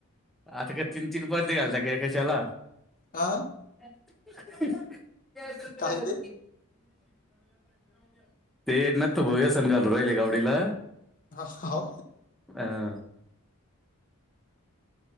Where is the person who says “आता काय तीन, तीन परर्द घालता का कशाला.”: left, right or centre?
Centre